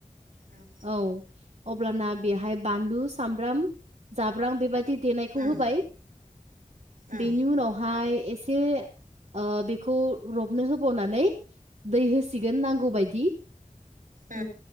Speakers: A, on the right; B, on the right.
A: उम
B: औ अब्लाना बेहाय बानलु सामब्राम जाब्रां बेबायदि देनायखौ
A: उम
B: होबाय
A: उम
B: बेनि उनावहाय एसे ओ बेखौ रबनो होबावनानै दै होसिगोन नांगौ बायदि
A: ओ